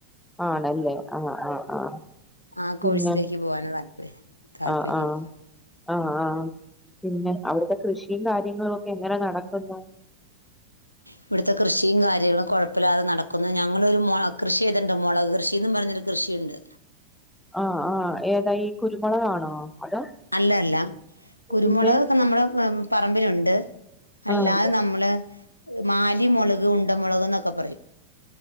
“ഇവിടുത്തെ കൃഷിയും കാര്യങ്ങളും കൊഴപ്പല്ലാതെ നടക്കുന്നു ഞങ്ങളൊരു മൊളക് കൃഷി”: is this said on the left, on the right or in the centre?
Left